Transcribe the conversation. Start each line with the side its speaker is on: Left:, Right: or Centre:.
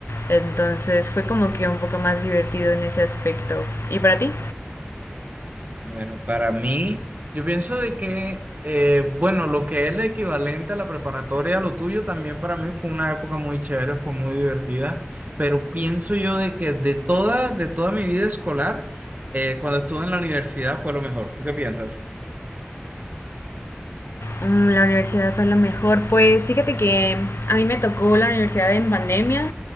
Left: Entonces fue como que un poco más divertido en ese aspecto. ¿Y para ti?
Right: Bueno, para mí, yo pienso de que, eh, bueno, lo que es la equivalente a la preparatoria, lo tuyo también para mí fue una época muy chévere, fue muy divertida, pero pienso yo de que de toda, de toda mi vida escolar, eh, cuando estuve en la universidad fue lo mejor. ¿Tú qué piensas?
Left: Mm, La universidad fue lo mejor. Pues fíjate que a mí me tocó la universidad en pandemia,